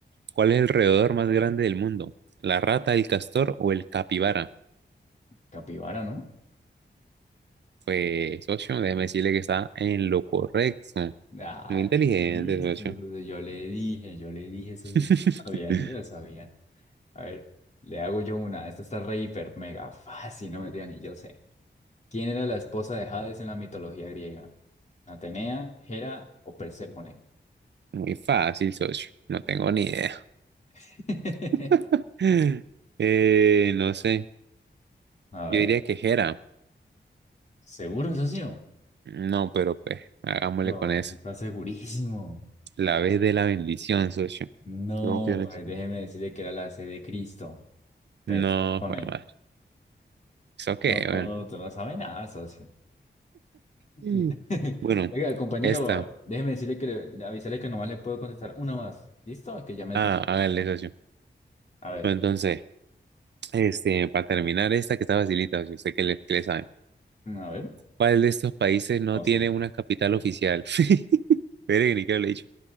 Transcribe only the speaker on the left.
Capibara, ¿no?
Ah,
listo.
Yo le dije, yo le dije eso.
sí. Sabía, yo ya lo sabía. A ver, le hago yo una. Esta está re hiper mega fácil, no me digan ni yo sé. ¿Quién era la esposa de Hades en la mitología griega? ¿Atenea, Hera o Perséfone?
<laughs>
A
ver,
¿seguro, socio?
Yo,
está segurísimo.
No,
pues
déjeme decirle que era la C de Cristo. Perséfone.
No,
tú no sabes nada, socio. <laughs>
Oiga, compañero,
déjeme decirle que le, avisarle que nomás le puedo contestar una más. ¿Listo? Que ya me
tengo. que-
ir.
A ver,
mm, a ver,
no
sé.